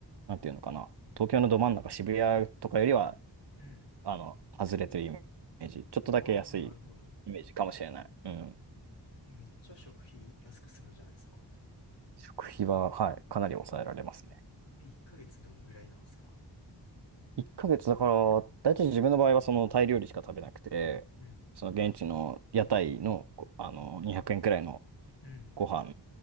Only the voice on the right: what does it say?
なんていうのかな、東京のど真ん中、渋谷とかよりは、
あの、外れてるイメージ、ちょっとだけ安いイメージかもしれない。
うん。
食費は、はい、かなり抑えられますね。
1ヶ月だから、大体自分の場合はそのタイ料理しか食べなくて、
その現地の屋台の、あの、200円くえんくらいの
ご飯